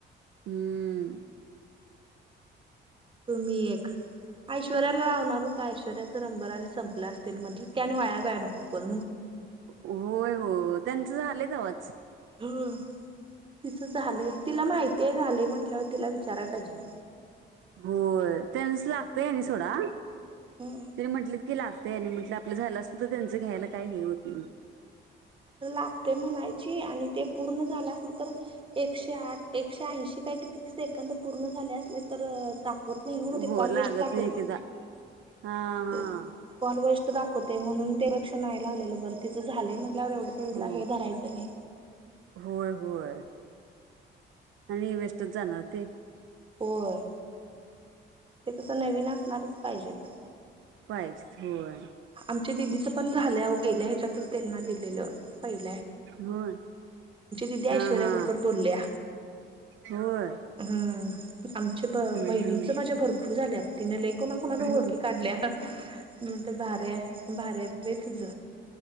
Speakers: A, on the right; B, on the right.
A: हम्म.
B: तुम्ही एक ऐश्वर्याला लावणार होता नंबर आणि संपला असतील म्हतल त्याने वाया जाय नको कॉल
A: होय हो त्यांचं झालंय तवाच.
B: <unintelligible> तिच झालंय तिला माहिती आहे झालंय म्हंटल्यावर तिला विचारायला पाहिजे
A: हो त्यानस लागतय सोडा त्यानी
B: हम्म
A: म्हटलं कि लागत त्यांनी म्हटलं आपलं झालं असल तर त्यांच घ्यायला काय हे होत.
B: लागते म्हणायची आणि ते पूर्ण झालं असल तर एकशे आठ एकशे ऐंशी ते काय किती सेकंद पूर्ण झाले असले तर दा वत नाही वो ते
A: हो
B: कॉल
A: लागत
B: वेस्ट दाखवते
A: नाही एकेकदा हा हा
B: ते कॉल वेस तू दाखवते म्हणून त्यापेक्षा नाही दाखवलेल बरं तिचं झाल म्हटवर तिला
A: हो
B: एवढा राग धरायच नाही.
A: होय होय आणि वेस्टच जाणार ते
B: होय ते कसं नवीन असणारच पाहिजेत.
A: पाय होय.
B: आमच्या दिदीचं पण झालं अहो आपल्या ह्याच्यातच त्यांना दिलेलं. आमच्या दीदी
A: होय
B: पहिल्यांदा
A: हा
B: ऐश्वर्या
A: हा
B: बरोबर बोलल्या
A: होय
B: हम्म आमच्या
A: हम्म
B: बहिणी
A: हम्म
B: पण माझ्या भरपूर झाल्यात. तिने लयं कोणा कोणाच्या
A: हम्म
B: ओळखी काढल्या नंतर न्या भन्या तझ